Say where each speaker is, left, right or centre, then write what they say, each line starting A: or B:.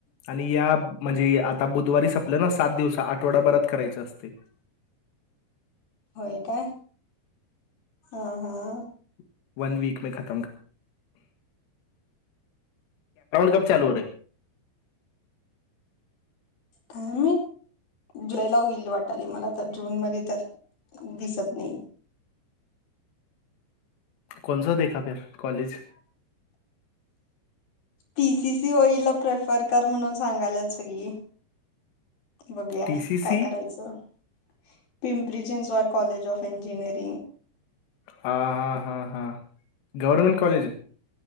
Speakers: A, on the left; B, on the left.
A: आणि या म्हणजे आता बुधवारी संपलं ना सात दिवसात आठवडाभरात करायच असतय.
B: व्हय काय? हां हां
A: <inaudible> कॅपराऊंड क्ं चालू र
B: तर मी जुलैला होईल वाटायलय मला तर जून मध्ये तर दिसत नाही.
A: कोणसा देखा फिर, कॉलेज.
B: पीसीसी होईल प्रेफर कर म्हणून सांगायल्यात सगळी. बघुया,
A: टीसीसी
B: काय करायचं. Pimpri Chinchwad college of engineering.
A: हा हा हा हा गव्हर्नमेंट कॉलेज